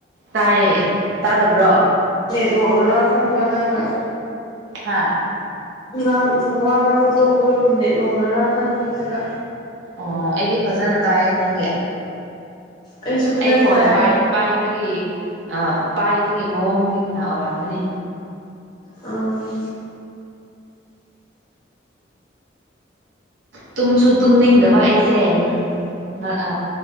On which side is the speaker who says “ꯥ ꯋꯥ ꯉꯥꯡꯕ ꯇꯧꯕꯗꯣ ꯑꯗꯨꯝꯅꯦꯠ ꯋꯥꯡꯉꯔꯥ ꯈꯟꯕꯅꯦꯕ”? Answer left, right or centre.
Left